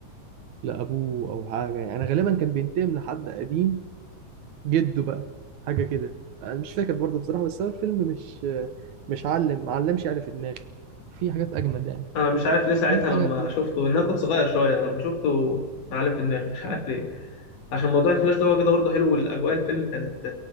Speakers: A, on the right (about 65°); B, on the left (about 75°).
A: لأبوه أو حاجة يعني غالبا كان بينتقم لحد قديم جده بقى حاجة كده أنا مش فاكر برضه بصراحة بس هو الفيلم مش آه، مش علم معلمش يعني في دماغي في حاجات أجمد يعني
B: انا مش عارف ليه ساعتها
A: في حاجة
B: لما
A: تلات
B: شفته ان انا كنت صغير شويه لما شفته معلم في دماغي مش عارف ليه عشان موضوع الفلاش ده هو كده برضه حلو والاجواء الفيلم كانت